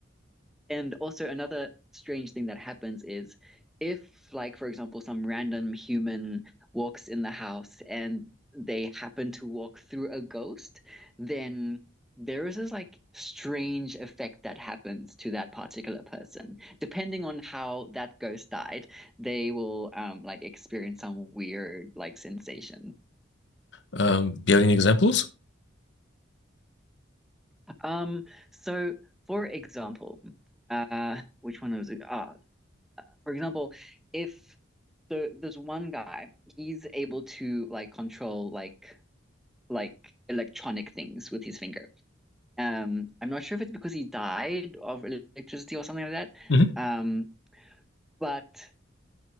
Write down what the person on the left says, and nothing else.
Um, do you have any examples?
hmm